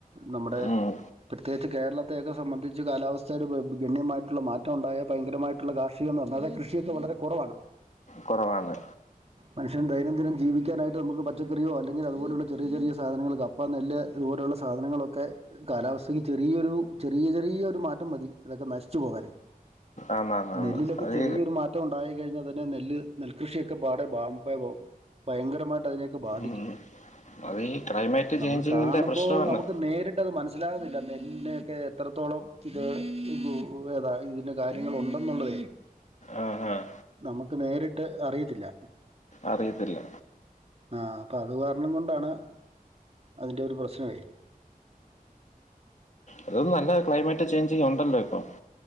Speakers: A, on the right; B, on the left.
A: നമ്മുടെ
B: ഉം
A: പ്രത്യേകിച്ച് കേരളത്തെയൊക്കെ സംബന്ധിച്ച് കാലാവസ്ഥയിൽ ഗണ്യമായിട്ടുള്ള മാറ്റം ഉണ്ടായ ഭയങ്കരമായിട്ടുള്ള കാ ഷികം ന്ന് പർഞ്ഞ അതെ കൃഷിയൊക്കെ വളരെ കുറവാണ്.
B: കൊറവാണ്.
A: മനുഷ്യന് ദൈനംദിനം ജീവിക്കാനായിട്ട് നമുക്ക് പച്ചക്കറിയോ അല്ലെങ്കിൽ അതു പോലുള്ള ചെറിയ ചെറിയ സാധനങ്ങള് കാ ഇപ്പൊം നെല്ല് ഇതു പോലെയുള്ള സാധനങ്ങളൊക്കെ കാലാവസ്ഥക്ക് ചെറിയൊരു ചെറിയ ചെറിയൊരു മാറ്റം മതി ഇതൊക്കെ നശിച്ചു പോവാന്.
B: ആന്ന് ആന്ന് ആന്ന്
A: നെല്ലിലൊക്കെ
B: അത്
A: ചെറിയൊരു മാറ്റം ഉണ്ടായി കഴിഞ്ഞാ തന്നെ നെല്ല് നെൽകൃഷിയൊക്കെ പാടെ ഭാഗം ബയ്ബൊവും. ഭയങ്കരമായിട്ട് അതിനെയൊക്കെ ബാധിക്കും.
B: ഉം അത് ഈ ക്ലൈമറ്റ്
A: നമ്മൾ
B: ചേഞ്ചിങ്ങിന്റെ
A: കാണുമ്പോ
B: പ്രശ്നമാണ്
A: നമുക്ക് നേരിട്ടത് മനസ് സ്സിലാക്ന്നില്ല നെല്ല്നെ ഒക്കെ എത്രത്തോളം ഇത് പുംഏതാ ഇതിന് കാര്യങ്ങള് ഉണ്ടെന്നുള്ളതേ.
B: ആഹ് ആഹ്
A: നമുക്ക് നേരിട്ട് അറിയിത്തില്ല.
B: അറിയത്തില്ല.
A: ആഹ് അപ്പതുകാരണം കൊണ്ടാണ് അതിൻ്റെ ഒരു പ്രശ്നവേ.
B: അതൊന്നും അല്ല ക്ലൈമറ്റ് ചേഞ്ചിങ് ഉണ്ടല്ലോ ഇപ്പം.